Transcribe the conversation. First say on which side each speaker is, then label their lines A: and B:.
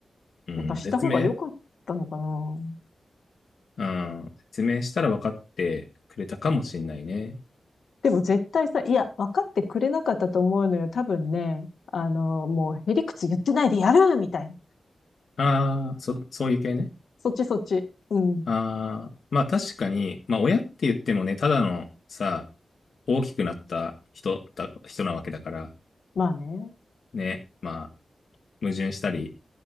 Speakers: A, on the left (about 70°); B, on the left (about 85°).
A: うん。
B: やっぱした方が良かったのかな。
A: 説明、うん。説明したら分かってくれたかもしんないね。
B: でも絶対さ、いや、分かってくれなかったと思うのよ。多分ね、あの、もう、へりくつ言ってないでやるみたいな。
A: ああ、そ、そういう系ね。
B: そっちそっち。うん。
A: ああ、まあ確かに、まあ親って言ってもね、ただのさ、大きくなった人だ、人なわけだから、
B: まあね。
A: ね、まあ矛盾したり、